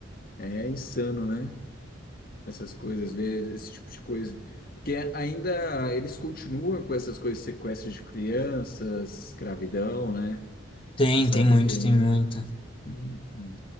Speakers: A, on the left; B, on the left.
A: É insano, né? Essas coisas, ver esse tipo de coisa. Porque ainda eles continuam com essas coisas, sequestro de crianças, escravidão, né?
B: Tem,
A: Você sabe
B: tem muito,
A: que ainda.
B: tem muito.
A: Uhum.